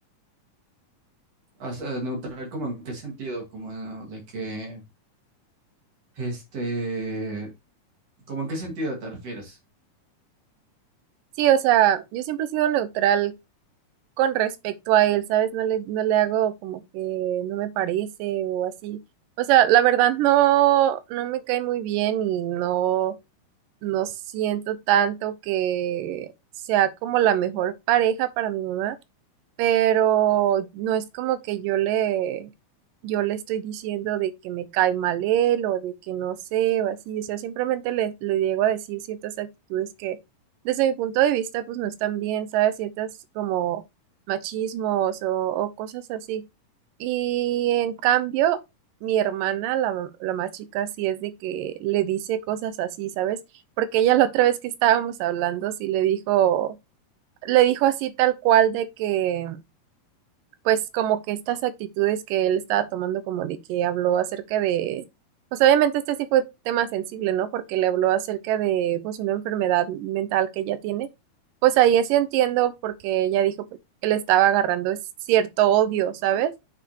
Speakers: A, on the right (about 50°); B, on the right (about 80°).
A: O sea, neutral, como en qué sentido, como eh, de que, este, como en qué sentido te refieres.
B: Sí, o sea, yo siempre he sido neutral con respecto a él, ¿sabes? No le, no le hago como que no me parece o así. O sea, la verdad no, no me cae muy bien y no, no siento tanto que sea como la mejor pareja para mi mamá. pero no es como que yo le, yo le estoy diciendo de que me cae mal él o de que no sé o así, o sea, simplemente le, le llego a decir ciertas actitudes que desde mi punto de vista pues no están bien, ¿sabes? Ciertas como machismos o, o cosas así. Y en cambio, mi hermana, la, la más chica, sí es de que le dice cosas así, ¿sabes? Porque ella la otra vez que estábamos hablando, sí le dijo le dijo así tal cual de que pues como que estas actitudes que él estaba tomando, como de que habló acerca de, pues obviamente este sí fue tema sensible, ¿no? Porque le habló acerca de pues una enfermedad mental que ella tiene. Pues ahí sí entiendo porque ella dijo pues, que le estaba agarrando cierto odio, ¿sabes?